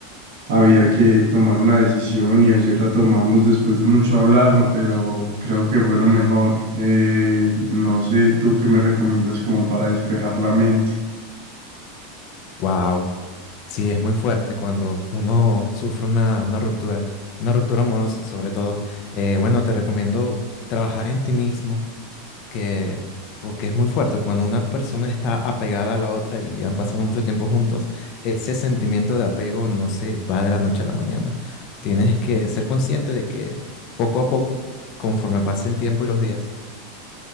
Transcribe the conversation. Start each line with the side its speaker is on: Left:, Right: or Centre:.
Right: había que tomar una decisión y ayer la tomamos después de mucho hablarlo, pero creo que fue lo mejor. Eh, no sé, tú qué me recomiendas como para despejar la mente.
Left: Wow, sí, es muy fuerte cuando uno sufre una, una ruptura, una ruptura amorosa sobre todo. Eh, bueno, te recomiendo trabajar en ti mismo. que porque es muy fuerte. Cuando una persona está apegada a la otra y han pasado mucho tiempo juntos, ese sentimiento de apego no se va de la noche a la mañana. Tienes que ser consciente de que poco a poco, conforme pase el tiempo y los días,